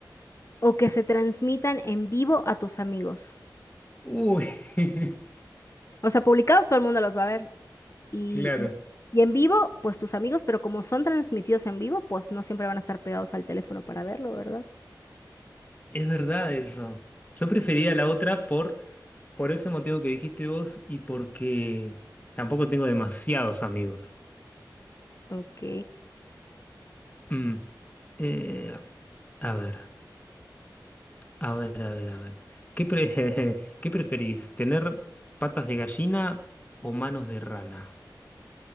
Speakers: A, on the left; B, on the left.
A: o que se transmitan en vivo a tus amigos?
B: uy, <laughs>
A: O sea, publicados todo el mundo los va a ver y,
B: claro.
A: y en vivo, pues tus amigos, pero como son transmitidos en vivo, pues no siempre van a estar pegados al teléfono para verlo, ¿verdad?
B: Es verdad eso. Yo prefería la otra por, por ese motivo que dijiste vos y porque tampoco tengo demasiados amigos.
A: Ok.
B: Mm. Eh, a ver, a ver, a ver, a ver. ¿Qué pre- <laughs> ¿qué preferís? ¿Tener patas de gallina o manos de rana?